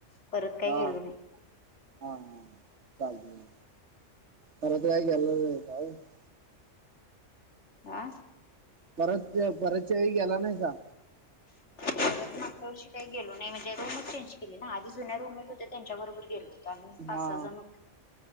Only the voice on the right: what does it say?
हा.
हा हा. चालतंय चालतंय. परत <unintelligible>
परत परतच्या वेळी गेला नाहीसा?
हा